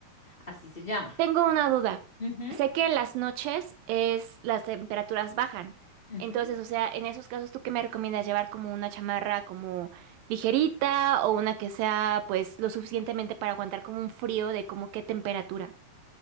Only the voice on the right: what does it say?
Tengo una duda.
Sé que en las noches es las temperaturas bajan.
Entonces, o sea, en esos casos, ¿tú qué me recomiendas llevar como una chamarra como ligerita o una que sea pues lo suficientemente para aguantar como un frío de como qué temperatura?